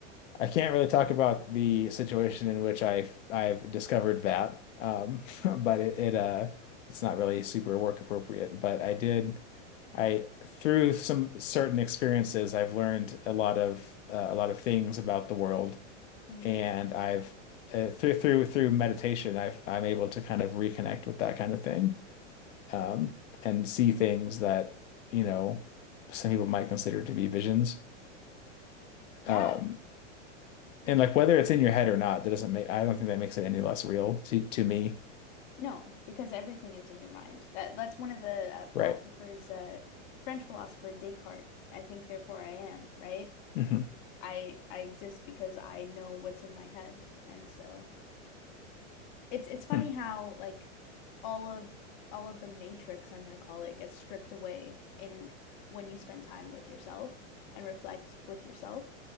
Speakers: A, on the left; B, on the left.
A: I can't really talk about the situation in which I've I've discovered that, um, <laughs> but it, it uh it's not really super work appropriate. But I did I through some certain experiences I've learned a lot of uh, a lot of things about the world,
B: Mm,
A: and I've uh, through through through meditation I've I'm able to kind of reconnect with that kind of thing, um,
B: yeah.
A: and see things that you know some people might consider to be visions.
B: Yeah.
A: Um, And like whether it's in your head or not, that doesn't make, I don't think that makes it any less real to, to me.
B: No, because everything is in your mind. That that's one of the uh, philosophers,
A: Right.
B: uh, French philosopher Descartes. I think, therefore, I am, right?
A: hmm
B: Like I I exist because I know what's in my head, and so it's it's funny
A: Hmm.
B: how like all of all of the matrix, I'm gonna call it, gets stripped away in when you spend time with yourself and reflect with yourself.